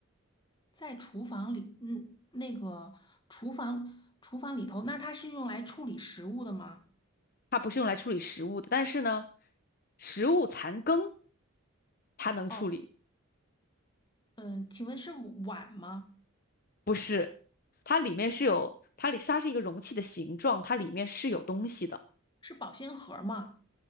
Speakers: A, on the left; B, on the left.
A: 在厨房里，嗯，那个厨房厨房里头，那它是用来处理食物的吗？
B: 它不是用来处理食物的，但是呢，食物残羹它能处理，
A: 哦，嗯，请问是碗吗？
B: 不是，它里面是有，它里它是一个容器的形状，它里面是有东西的，
A: 是保鲜盒吗？